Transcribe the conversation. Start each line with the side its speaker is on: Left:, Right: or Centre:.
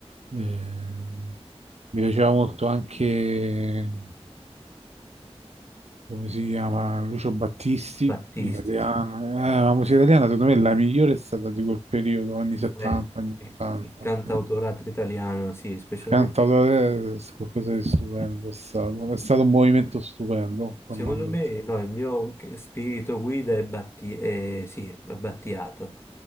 Right: eh, mi piaceva molto anche come si chiama? Lucio Battisti,
Left: Battisti,
Right: italiano.
Left: sì.
Right: Eh,
Left: sì.
Right: la musica italiana secondo me è la migliore è stata di quel periodo, anni 70,
Left: Vabbè,
Right: anni
Left: Il,
Right: 80.
Left: il cantautorato italiano, sì, specialmente
Right: Cantautore è qualcosa di stupendo, è stato, è stato un movimento stupendo, tornando
Left: Secondo me,
Right: in te.
Left: no, il mio che- spirito guida è, Batti- eh, sì, è Battiato,